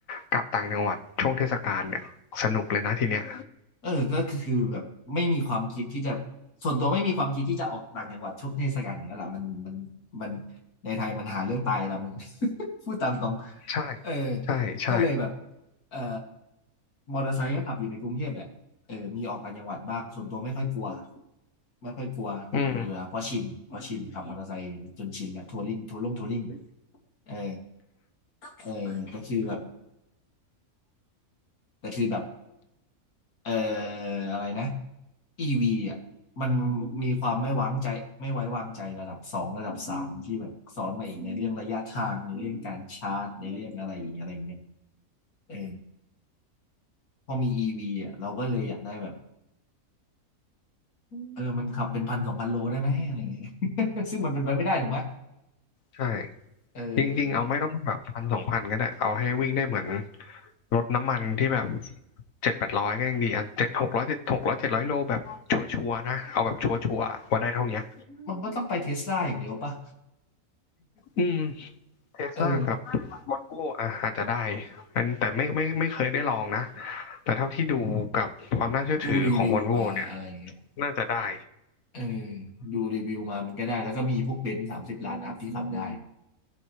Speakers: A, on the left; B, on the left.
A: กลับต่างจังหวัดช่วงเทศกาลเนี่ยสนุกเลยนะทีเนี้ย
B: เออก็คือแบบไม่มีความคิดที่จะส่วนตัวไม่มีความคิดที่จะออกต่างจังหวัดช่วงเทศกาลอยู่แล้วล่ะมันมันมันในไทยมันหาเรื่องตายระดับหนึ่ง <laughs> พูดตามตรง
A: ใช่
B: เออ
A: ใช่ใช่
B: ก็เลยแบบเอ่อมอเตอร์ไซค์ก็ขับอยู่ในกรุงเทพแหละเออมีออกต่างจังหวัดบ้างส่วนตัวไม่ค่อยกลัวไม่ค่อยกลัวอยู่อยู่แล้วเพราะชินเพราะชินขับมอเตอร์ไซค์จนชินแหละทัวริงทัวริงทัวริง
A: อืม
B: เออเออแต่คือแบบแต่คือแบบ เอ่ออะไรนะ EV อ่ะมันมีความไม่วางใจไม่ไว้วางใจระดับสองระดับสามที่แบบซ้อนมาอีกในเรื่องระยะทางในเรื่องการชาร์จในเรื่องอะไรอะไรเงี้ยเออพอมี EV อ่ะเราก็เลยอยากได้แบบเออมันขับเป็นพันสองพันโลได้ไหมอะไรเงี้ย <laughs> ซึ่งมันเป็นไปไม่ได้ถูกไหม
A: ใช่
B: เออ
A: จริงๆเอาไม่ต้องแบบพันสองพันก็ได้เอาให้วิ่งได้เหมือนรถน้ำมันที่แบบเจ็ดแปดร้อยก็ยังดีอ่ะเจ็ดหกร้อยเจ็ดหกร้อยเจ็ดร้อยโลแบบชัวร์ๆนะ เอาแบบชัวร์ๆว่าได้เท่าเนี้ย
B: มันก็ต้องไปเทสลาอย่างเดียวปะ
A: อืมเทสลากับ
B: เออ
A: วอลโวอ่ะอาจจะได้อันแต่ไม่ไม่ไม่เคยได้ลองนะ แต่เท่าที่ดูกับความน่าเชื่อถือของวอลโวเนี่ย
B: ดูรีวิวมาอะไรเงี้ย
A: น่าจะได้
B: เออดูรีวิวมามันก็ได้แล้วก็มีพวกเบนซ์สามสิบล้านอัพที่ขับได้